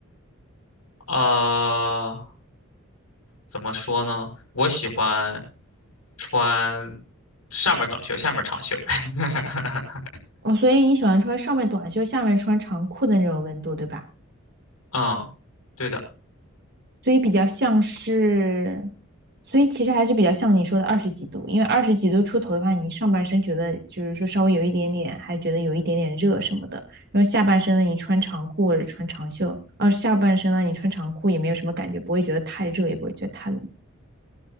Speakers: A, on the left; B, on the right.
A: 呃，怎么说呢？我喜欢穿上面短袖，下面长袖。<laughs>
B: 哦，所以你喜欢穿上面短袖，下面穿长裤的那种温度，对吧？
A: 嗯，对的。
B: 所以比较像是，所以其实还是比较像你说的二十几度，因为二十几度出头的话，你上半身觉得就是说稍微有一点点，还觉得有一点点热什么的，然后下半身呢，你穿长裤或者穿长袖，啊，下半身呢，你穿长裤也没有什么感觉，不会觉得太热，也不会觉得太冷，